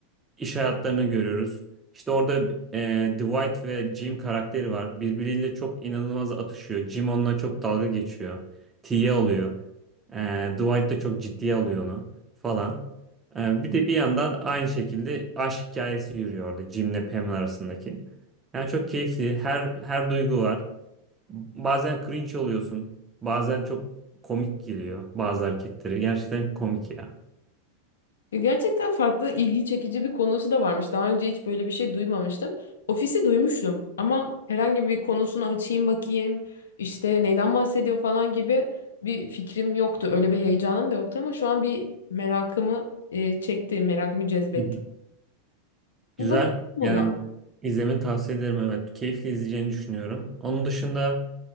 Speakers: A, on the right (about 20°); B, on the left (about 85°).
A: İş hayatlarını görüyoruz. İşte orada e, Dwight ve Jim karakteri var. Birbiriyle çok inanılmaz atışıyor. Jim onunla çok dalga geçiyor. T'ye alıyor. E, Dwight da çok ciddiye alıyor onu falan. E, bir de bir yandan aynı şekilde aşk hikayesi yürüyor orada Jim'le Pam arasındaki. Yani çok keyifli. Her her duygu var. Bazen cringe oluyorsun. Bazen çok komik geliyor bazı hareketleri. Gerçekten komik ya.
B: Ya Gerçekten farklı ilgi çekici bir konusu da varmış. Daha önce hiç böyle bir şey duymamıştım. Ofisi duymuştum ama herhangi bir konusunu açayım bakayım, işte neyden bahsediyor falan gibi bir fikrim yoktu. Öyle bir heyecanım da yoktu ama şu an bir merakımı e, çekti, merakımı cezbetti.
A: Hı hı. Güzel.
B: Bir bakayım buna.
A: Yani izlemeni tavsiye ederim evet. Keyifli izleyeceğini düşünüyorum. Onun dışında